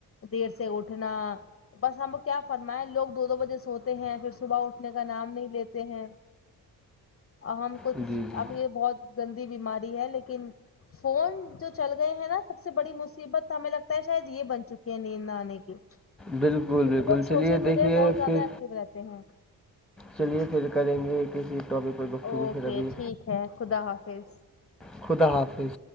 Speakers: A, on the left (about 35°); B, in the centre.
A: دیر سے اٹھنا بس ہم کو کیا فرمائے لوگ دو دو بجے سوتے ہیں پھر صبح اٹھنے کا نام نہیں لیتے ہیں ہم کچھ
B: جی جی
A: اب یہ بہت گندی بیماری ہے لیکن فون جو چل گئے ہیں نا سب سے بڑی مصیبت ہمیں لگتا ہے شاید یہ بن چکی ہے نیند نہ آنے کی
B: بالکل
A: کیونکہ
B: بالکل
A: لوگ
B: چلیے
A: سوشل میڈیا
B: دیکھیے
A: پہ بہت زیادہ
B: پھر
A: ایکٹو رہتے ہیں
B: چلیے پھر کریں گے کسی ٹاپک پر گفتگو
A: اوکے
B: پھر ابھی
A: ٹھیک ہے خدا حافظ
B: خدا حافظ